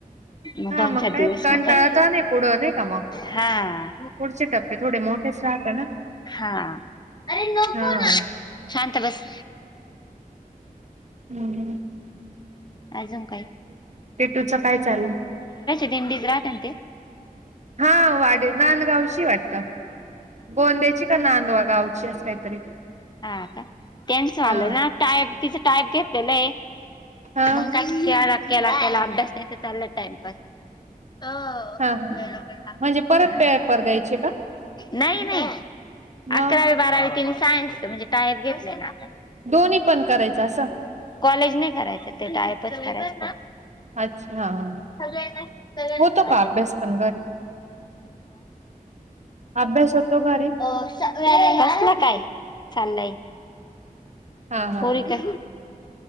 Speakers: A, on the left (about 30°); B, on the right (about 50°).
A: मग
B: हा
A: दोन चार
B: काय
A: दिवस
B: कंटाळता
A: मग काय
B: नाही पुढं नाही का मग
A: हा
B: पुढचे टप्पे थोडे मोठेच राहत ना
A: हा अरे नको
B: हा
A: ना शांत बस
B: हम्म हम्
A: अजून काय
B: पेटूच काय चाललं
A: दिंडीत राहत ते
B: हा वा नांदगावची वाटत गोंद्याची का नांदवा गावची अस काहीतरी
A: हा का त्यांच म्हलं
B: हा
A: ना टाईप तिचा टाईप घेतेलाय
B: हा
A: <inaudible> मग काय केला केला केला अभ्यास नाही तर चालला टाइमपास आता, हो.
B: हा हा
A: हा.
B: म्हणजे परत पेपर द्यायचे का?
A: नाही नाही
B: मग
A: अकरावी बारावी तिने सायन्सच म्हणजे टायप घेतलेला.
B: दोन्ही पण करायचं असं
A: कॉलेज नाय करायचं ते टायपच करायचं. फक्त.
B: अच्छा हा हा.
A: सगळ्यांना सगळ्यांना
B: होतो का
A: असे
B: अभ्यास पण घरी अभ्यास होतो घरी
A: आ कसला काय चाललंय.
B: हा हा
A: पोरी
B: हा
A: का